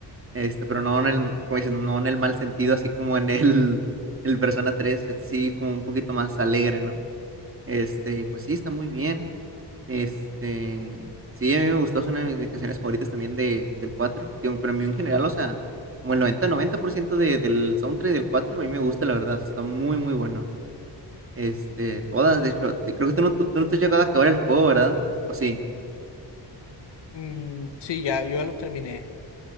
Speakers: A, on the right (about 30°); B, on the left (about 80°).
A: Este, pero no en el, como dicen, no en el mal sentido, así como en el, el Persona 3. Este sí, como un poquito más alegre, ¿no? Este, y pues sí, está muy bien. Este, sí, a mí me gustó, es una de mis mis canciones favoritas también de, del cuatro Digo, pero a mí en general, o sea, como el noventa noventa por ciento de, del soundtrack del 4 a mí me gusta, la verdad, está muy, muy bueno. Este, todas, de hecho, y creo que tú no, tú, tú no te has llegado a acabar el juego, ¿verdad? ¿O sí?
B: Mm, sí, ya, yo ya lo terminé.